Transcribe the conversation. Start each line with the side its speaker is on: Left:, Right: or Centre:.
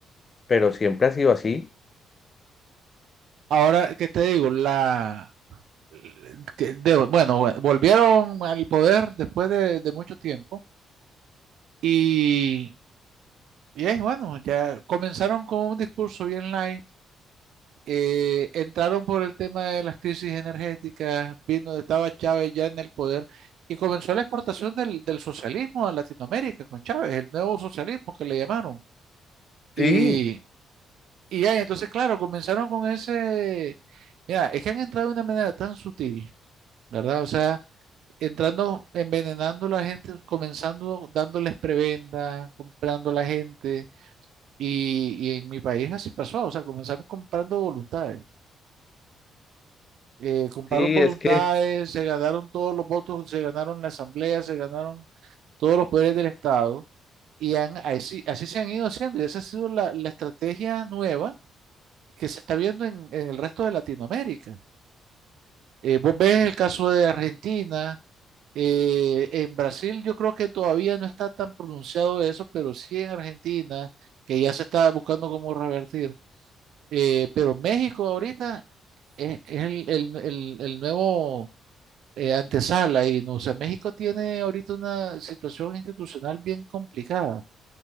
Left: pero siempre ha sido así.
Right: ahora, ¿qué te digo? La, eh, que de- bueno, bueno, volvieron al poder después de, de mucho tiempo y, y ahí, bueno, ya comenzaron con un discurso bien light eh, entraron por el tema de las crisis energéticas, vino, estaba Chávez ya en el poder y comenzó la exportación del, del socialismo a Latinoamérica con Chávez, el nuevo socialismo que le llamaron. Y,
Left: Sí,
Right: y ya, entonces, claro, comenzaron con ese, mira, es que han entrado de una manera tan sutil, ¿verdad? O sea, entrando, envenenando a la gente, comenzando dándoles prebenda, comprando a la gente. Y, y en mi país así pasó, o sea, comenzaron comprando voluntades. eh, compraron
Left: sí,
Right: voluntades,
Left: es que,
Right: se ganaron todos los votos, se ganaron la asamblea, se ganaron todos los poderes del Estado y han- así, así se han ido haciendo y esa ha sido la, la estrategia nueva que se está viendo en, en el resto de Latinoamérica. Eh, vos ves el caso de Argentina, eh, en Brasil yo creo que todavía no está tan pronunciado eso, pero sí en Argentina, que ya se está buscando cómo revertir. Eh, pero México ahorita es, es el el- el- el nuevo eh, antesala y no, o sea, México tiene ahorita una situación institucional bien complicada,